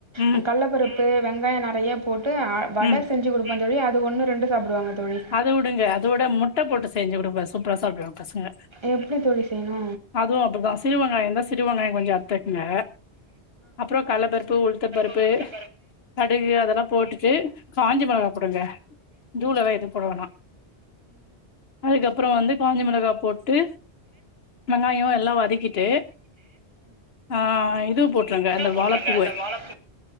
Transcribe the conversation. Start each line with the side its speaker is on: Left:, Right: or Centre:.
Left: ம்
Right: ஆ கள்ளபருப் பு வெங்காயோ நிறையா போட் டு வட
Left: ம்
Right: செஞ்சு கொடுப்பே தோழி அது ஒன்னு ரெண்டு சாப்பிடுவாங்க தோழி
Left: அத வுடுங்க அதோட முட்ட போட்டு செஞ்சு குடுங்க சூப்பரா சாப்டுவாங்க பசங்க
Right: எப்டி தோழி செய்னு
Left: அதுவு அப்டிதா சிறு வெங்காயோ இருந்தா சிறு வெங்காயோ கொஞ்சோ அறுத்துக்குங்க அப்றோ கடலப்பருப்பு உளுத்தம் பருப்பு
Right: உ உ
Left: கடுகு அதெல்லா போட்டுட்டு காஞ்ச மொளகா போடுங்க தூளெல்லா எதுவு போட வேணா அதுக்கப்புறோ வந்து காஞ்ச மிளகா போட்டு வெங்காயோ எல்லா வதக்கிட்டு ஆ இது போட்ருங்க அந்த
Right: உ
Left: வாழப்பூவ
Right: உ